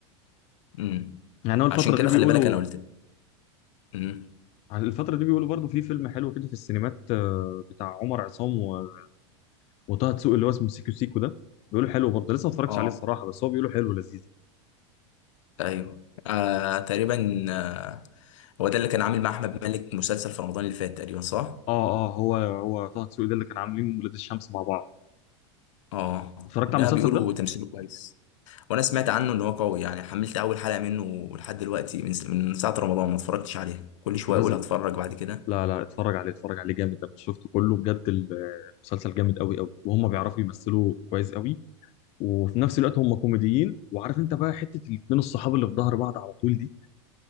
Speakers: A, on the left; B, on the left.
A: امم
B: يعني هو الفترة
A: عشان كده
B: دي بيقولوا
A: خلي بالك انا قلت امم
B: الفترة دي بيقولوا برضو في فيلم حلو كده في السينمات آه، بتاع عمر عصام و- وطه دسوقي اللي هو اسمه سيكو سيكو ده بيقولوا حلو برضه لسه ما اتفرجتش
A: اه
B: عليه الصراحة بس هو بيقولوا حلو لذيذ
A: ايوه آه تقريبا آه، هو ده اللي كان عامل مع احمد مالك مسلسل في رمضان اللي فات تقريبا صح
B: اه اه هو هو طه دسوقي ده اللي كان عاملين ولاد الشمس مع بعض
A: اه
B: اتفرجت
A: ده
B: على المسلسل
A: بيقولوا
B: ده
A: تمثيله كويس وانا سمعت عنه ان هو قوي يعني حملت اول حلقة منه لحد دلوقتي من من ساعة رمضان ما اتفرجتش عليها كل شوية
B: لازم
A: اقول هتفرج بعد كده
B: لا لا اتفرج عليه اتفرج عليه جامد ده شفته كله بجد ال- المسلسل جامد قوي قوي وهم بيعرفوا يمثلوا كويس قوي وفي نفس الوقت هم كوميديين وعارف انت بقى حتة الاتنين الصحاب اللي في ظهر بعض على طول دي